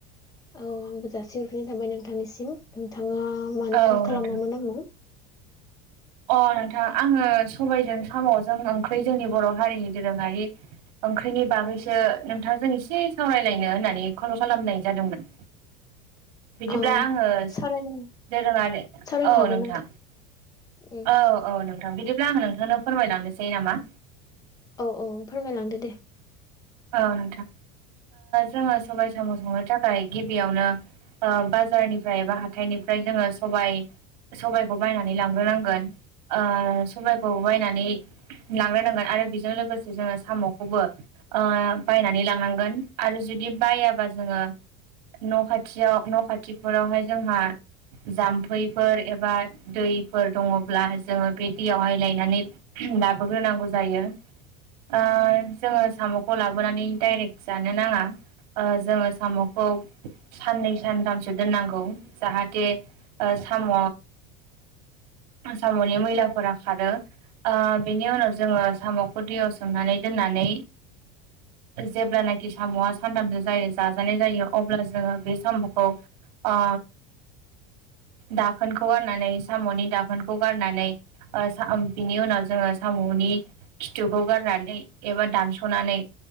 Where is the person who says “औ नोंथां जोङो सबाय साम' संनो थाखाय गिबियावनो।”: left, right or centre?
Right